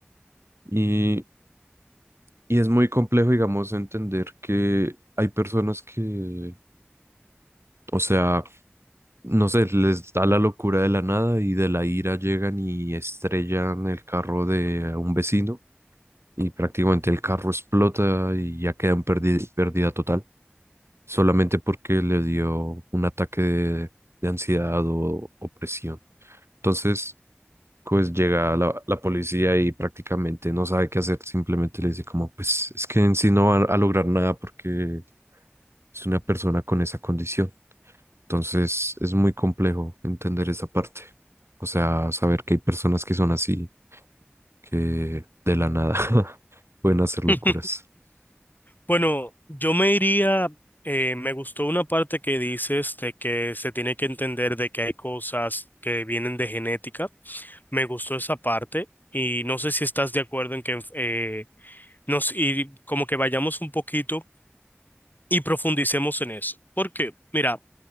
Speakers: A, on the right; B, on the left.
A: Y, y es muy complejo, digamos, entender que hay personas que, o sea, no sé, les da la locura de la nada y de la ira llegan y estrellan el carro de un vecino y prácticamente el carro explota y ya quedan perdi- pérdida total. solamente porque le dio un ataque de, de ansiedad o opresión. Entonces, pues llega la, la policía y prácticamente no sabe qué hacer, simplemente le dice como, pues es que en sí no va a lograr nada porque es una persona con esa condición. Entonces, es muy complejo entender esa parte. O sea, saber que hay personas que son así, que de la nada <laughs> pueden hacer locuras.
B: <laughs> Bueno, yo me iría, eh, me gustó una parte que dices de que se tiene que entender de que hay cosas que vienen de genética. Me gustó esa parte y no sé si estás de acuerdo en que eh, nos y como que vayamos un poquito y profundicemos en eso. Porque, mira,